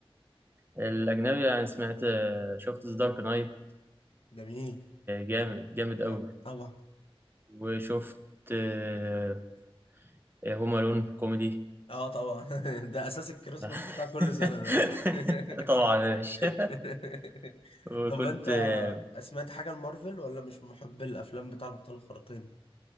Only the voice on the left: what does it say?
جميل
آه، طبعا
اه طبعا <laughs> ده اساس الكريسماس
بتاع كل سنه ده <laughs>
<laughs>
طب انت
سمعت حاجة لمارفل ولا مش محب الافلام بتاع الابطال الخارقين